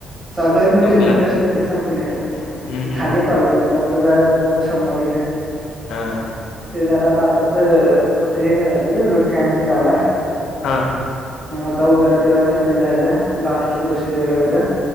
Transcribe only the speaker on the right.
चालूत म्हणजे
होत्या सुट्ट्या संपल्या.
झाले कॉलेजला तर जायचं बघू सोमवारी जायाला.
ते जरा दाताचं हे करायचं रे रूट कॅनिंग चालूय.
हा आता उद्या तलासाठी जायला लास्ट प्रोसिजर आहे उद्या